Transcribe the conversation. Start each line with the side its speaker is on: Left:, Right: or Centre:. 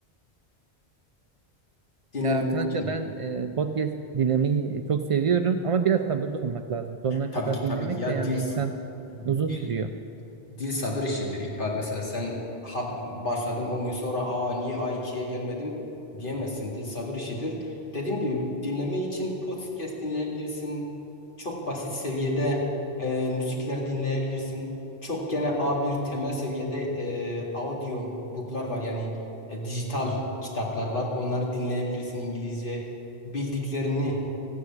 Left: Dinleme
Right: Ya kanka
Left: için.
Right: ben e, podcast dinlemeyi e, çok seviyorum ama biraz sabırlı olmak lazım. Sonuna
Left: Tabii
Right: kadar
Left: ki tabii
Right: dinlemek
Left: ki ya
Right: de yani
Left: dil
Right: insan uzun
Left: dil
Right: sürüyor.
Left: Dil sabır işidir İkbal. Mesela sen ha, başladım 10 gün sonra aa niye a ikiye gelmedim diyemezsin. Dil sabır işidir. Dediğim gibi dinleme için podcast dinleyebilirsin. Çok basit seviyede e, müzikler dinleyebilirsin. Çok gene a bir temel seviyede e, audio book'lar var. Yani e, dijital kitaplar var. Onları dinleyebilirsin İngilizce. Bildiklerini